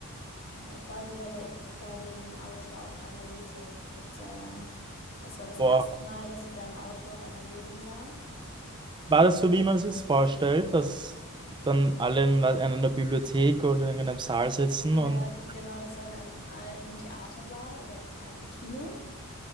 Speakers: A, on the left; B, on the right.
A: Ja, ich war sogar bei, bei dem Autor auf einer Lesung vor zwei Jahren. Das war das
B: Boah.
A: erste Mal, dass ich beim Autor auf einer Lesung war.
B: War das so, wie man sich vorstellt, dass dann alle in we- in einer Bibliothek oder in einem Saal sitzen
A: Ja,
B: und
A: genau, das war in einem alten Theatersaal oder in einem alten Kino.